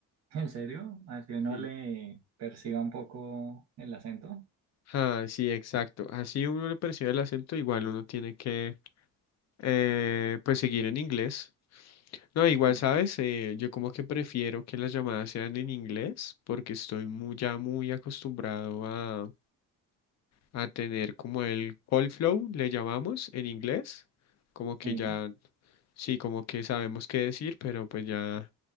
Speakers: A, on the right; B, on the left.
A: ¿en serio? Así uno
B: Sí.
A: le perciba un poco el acento.
B: Ah, sí, exacto. Así uno le percibe el acento, igual uno tiene que eh, pues seguir en inglés. No, igual,
A: Ah,
B: ¿sabes? Eh, yo como que prefiero que las llamadas sean en inglés porque estoy muy, ya muy acostumbrado a, a tener como el call flow, le llamamos en inglés. Como que
A: sí.
B: ya, sí, como que sabemos qué decir, pero pues ya